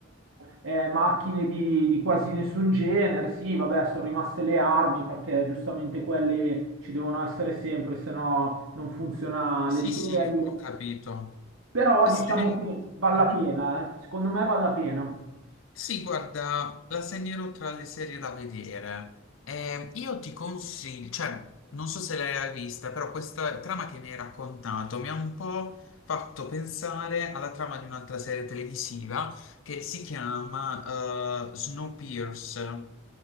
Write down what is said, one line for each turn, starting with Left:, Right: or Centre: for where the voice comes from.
Right: eh, macchine di, di quasi nessun genere. Sì, vabbè, sono rimaste le armi perché giustamente quelle ci devono essere sempre, se no non funziona
Left: Sì,
Right: le serie.
Left: sì, ho capito.
Right: Però
Left: Eh
Right: diciamo
Left: sì.
Right: che vale
Left: Mhm.
Right: la pena, eh. Secondo me vale la pena.
Left: Sì, guarda, la segnerò tra le serie da vedere. Eh, io ti consiglio, cioè, non so se l'hai vista, però questa trama che mi hai raccontato mi ha un po' fatto pensare alla trama di un'altra serie televisiva che si chiama eh, Snowpiercer